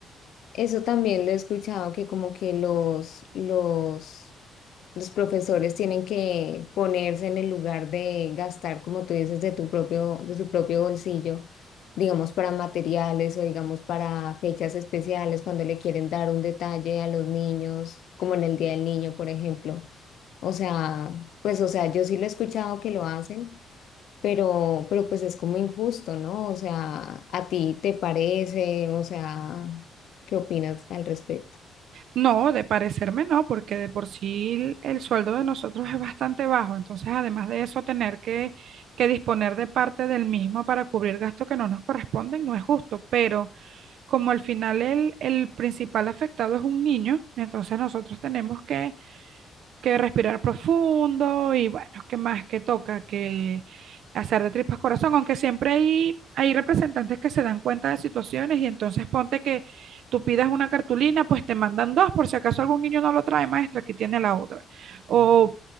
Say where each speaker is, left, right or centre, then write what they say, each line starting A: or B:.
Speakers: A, on the left; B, on the right.
A: Eso también lo he escuchado, que como que los, los, los profesores tienen que ponerse en el lugar de gastar, como tú dices, de tu propio, de tu propio bolsillo, digamos, para materiales o digamos para fechas especiales, cuando le quieren dar un detalle a los niños, como en el Día del Niño, por ejemplo. O sea, pues, o sea, yo sí lo he escuchado que lo hacen pero, pero pues es como injusto, ¿no? O sea, ¿a ti te parece? O sea, ¿qué opinas al respecto?
B: No, de parecerme no, porque de por sí el, el sueldo de nosotros es bastante bajo. Entonces, además de eso, tener que, que disponer de parte del mismo para cubrir gastos que no nos corresponden no es justo. Pero como al final el, el principal afectado es un niño, entonces nosotros tenemos que que respirar profundo y bueno, ¿qué más que toca? Que hacer de tripas corazón, aunque siempre hay, hay representantes que se dan cuenta de situaciones y entonces ponte que tú pidas una cartulina, pues te mandan dos por si acaso algún niño no lo trae, maestra, aquí tiene la otra. O